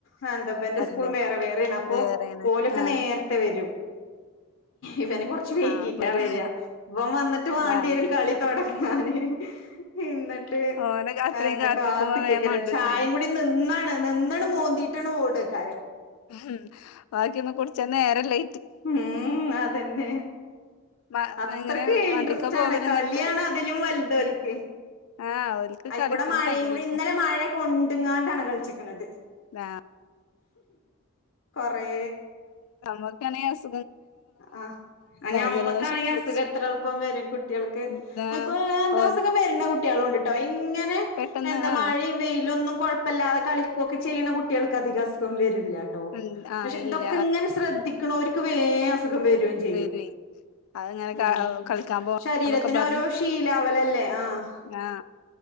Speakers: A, on the left; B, on the left.
A: ആ എന്ത ബന്റെ
B: അല്ല
A: സ്കൂളും വേറെ വേറേണ് അപ്പൊ
B: വേറേണ്
A: ഓലൊക്കെ
B: ആഹ്
A: നേർത്തെ വെരും ഇവന് കൊർച്ച് വൈകീറ്റാവര
B: ആഹ് വരും
A: വം വന്ന്ട്ട് വാണ്ട്യെരും
B: ആഹ്
A: കളി തൊടങ്ങാന് ഇന്നട്ട്
B: ഓനെ അത്രയും
A: എന്ത
B: കാത്ത്ക്കുമ്പോ
A: കാത്ത്ക്കേയ്ക്കര
B: വേം മണ്ടും
A: ചായിം
B: ചെയ്യും
A: കൂടി നിന്നാണ് നിന്നട് മോന്തിട്ടാണ് ഓടെക്കാരം
B: ഹും ബാക്കിയൊന്നും കുട്ച്ചാൻ നേരല്ലേ
A: ഊം അതെന്നെ
B: മ
A: അത്രക്ക്
B: എങ്ങനെ വണ്ടിക്കാ
A: ഇൻട്രസ്റ്റ്
B: പോവല്
A: ആണ് കളിയാണ്
B: ന്നട്ട്
A: അതിലും വല്തോൽക്ക്
B: ആഹ് ഓൽക്ക്
A: അയ്ക്കൂടെ
B: കളിക്ക്ണ
A: മഴയും
B: ടൈമല്ലേ
A: കൂടി
B: ഇപ്പൊ
A: ഇന്നലെ മഴ കൊണ്ട്ങ്ങാണ്ടാണ് കൾച്ച്ക്ക്ണത്
B: ആ
A: കൊറേ
B: നമ്ക്കാണെ അസ്
A: ആ ഞമ്മക്കാണെ
B: ജലദോഷൊക്കെ
A: അസുഖം
B: പിടിച്ച്
A: എത്ര എൾപ്പം വരും കുട്ടികൾക്ക്
B: എന്താ
A: <unintelligible> എന്താ
B: ഓ
A: അസുഖം വര്ണ കുട്ട്യാളുണ്ട് ട്ടോ ഇങ്ങനെ
B: പെട്ടെന്ന്
A: എന്താ
B: ആ
A: മഴിം വെയ്ലൊന്നും കൊഴപ്പല്ലാതെ കളിക്കൊക്കെ ചെയ്യ്ന്ന കുട്ട്യൾക്ക് അധിക അസ്ഖം വരും ല്ലാട്ടോ
B: ഉം, ആ
A: പക്ഷെ
B: ഇല്ല
A: തൊക്കെങ്ങനെ ശ്രദ്ധിക്ക്ണോര്ക്ക് വേം അസുഖം വരോം ചെയ്യും
B: വരുവേ അതങ്ങനെ
A: ഉം
B: ക- കളിക്കാൻ പോ
A: ശരീരത്തിന്
B: എന്നൊക്കെ പറഞ്ഞ്
A: ഓരോ ശീലാവലല്ലേ ആഹ്
B: ആ